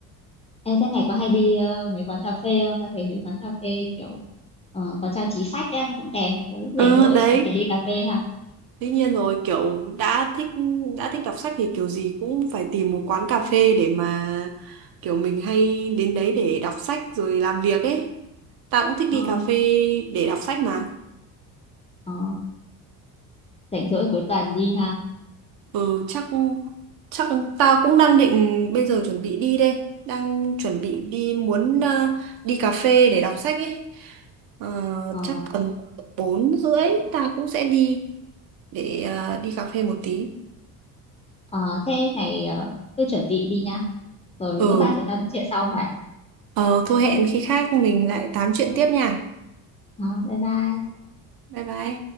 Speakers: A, on the left; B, on the right.
A: Ê, thế mày có hay đi ờ, mấy quán cà phê không? Tao thấy mấy quán cà phê kiểu ờ, có trang trí sách á, cũng đẹp. Kiểu lúc rảnh
B: ừ
A: rỗi
B: đấy
A: có thể đi cà phê ha.
B: tuy nhiên rồi kiểu đã thích đã thích đọc sách thì kiểu gì cũng phải tìm một quán cà phê để mà kiểu mình hay đến đấy để đọc sách rồi làm việc ấy tao cũng thích
A: Ờ,
B: đi cà phê để đọc sách mà
A: ờ, rảnh rỗi cuối tuần đi ha.
B: ừ chắc Chắc tao cũng đang định bây giờ chuẩn bị đi đây, đang chuẩn bị đi muốn ờ, đi cà phê để đọc sách ấy. Ờ,
A: Ờ,
B: chắc tầm bốn rưỡi
A: ừ,
B: ta cũng sẽ đi để ờ, đi cà phê một tí.
A: ờ, thế mày ờ, cứ chuẩn bị đi nha. Rồi
B: Ừ,
A: lúc khác chúng ta nói chuyện sau vậy.
B: ờ, thôi hẹn khi khác mình lại tám chuyện tiếp nha.
A: Ờ, bye bye.
B: Bye bye.